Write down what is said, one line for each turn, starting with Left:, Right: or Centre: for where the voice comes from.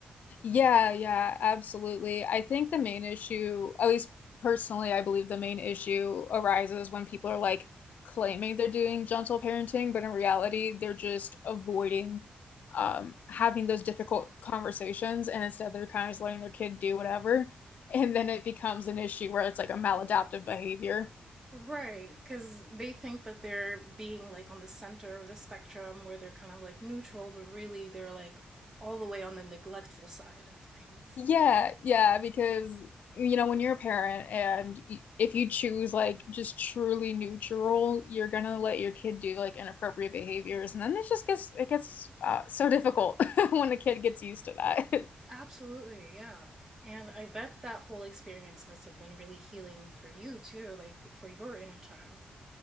Left: Yeah, yeah, absolutely. I think the main issue, at least personally, I believe the main issue arises when people are like claiming they're doing gentle parenting, but in reality, they're just avoiding um, having those difficult conversations, and instead they're kind of just letting their kid do whatever. And then it becomes an issue where it's like a maladaptive behavior.
Right: Right, because they think that they're being like on the center of the spectrum where they're kind of like neutral, but really they're like all the way on the neglectful side of things.
Left: Yeah, yeah, because you know when you're a parent and y if you choose like just truly neutral, you're gonna let your kid do like inappropriate behaviors, and then it just gets it gets uh, so difficult <laughs> when the kid gets used to that. <laughs>
Right: Absolutely, yeah. And I bet that whole experience must have been really healing for you too, like for your inner child.